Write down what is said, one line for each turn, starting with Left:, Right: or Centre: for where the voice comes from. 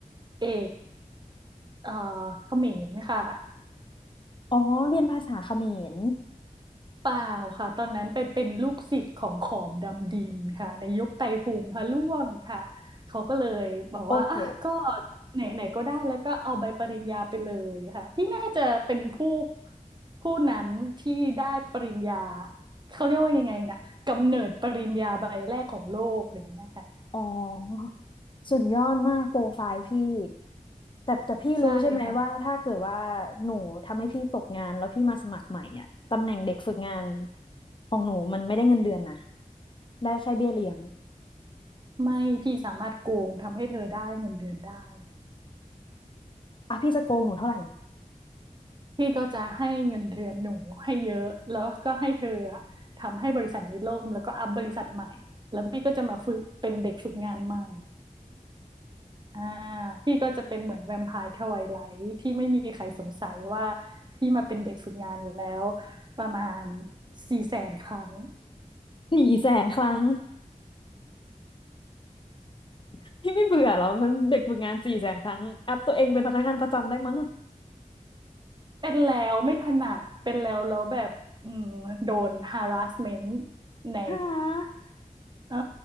Right: เอกเอ่อเขมรค่ะ
Left: อ๋อเรียนภาษาเขมร
Right: เปล่าค่ะตอนนั้นไปเป็นลูกศิษย์ของขอมดำดินค่ะในยุคไตรภูมิพระร่วงค่ะเขาก็เลยบอกว่าอ่ะก็
Left: โอ้โห
Right: ไหนไหนก็ได้แล้วก็เอาใบปริญญาไปเลยค่ะที่น่าจะเป็นผู้ผู้นั้นที่ได้ปริญญาเขาเรียกว่ายังไงนะกำเนิดปริญญาใบแรกของโลกอะไรอย่างเงี้ยค่ะ
Left: อ๋อสุดยอดมากโปรไฟล์พี่แต่แต่พี่รู้ใช่ไหมว่าถ้าเกิดว่า
Right: ใช่ค่ะ
Left: หนูทำให้พี่ตกงานแล้วพี่มาสมัครใหม่อ่ะตำแหน่งเด็กฝึกงานของหนูมันไม่ได้เงินเดือนนะได้แค่เบี้ยเลี้ยง
Right: ไม่พี่สามารถโกงทำให้เธอได้เงินเดือนได้
Left: อ่ะพี่จะโกงหนูเท่าไหร่
Right: พี่ก็จะให้เงินเดือนหนูให้เยอะแล้วก็ให้เธออะทำให้บริษัทนี้ล่มแล้วก็อัพบริษัทใหม่แล้วพี่ก็จะมาฝึกเป็นเด็กฝึกงานใหม่อ่าพี่ก็จะเป็นเหมือนแวมไพร์ทไวไลท์ที่ไม่มีใครสงสัยว่าพี่มาเป็นเด็กฝึกงานแล้วประมาณสี่แสนครั้ง
Left: สี่แสนครั้ง <laughs> พี่ไม่เบื่อเหรอเป็นเด็กฝึกงานสี่แสนครั้งอัพตัวเองเป็นพนักงานประจำได้มั้ง
Right: เป็นแล้วไม่ถนัดเป็นแล้วแล้วแบบอืมโดน harassment ใน
Left: <laughs> ฮะ
Right: เออ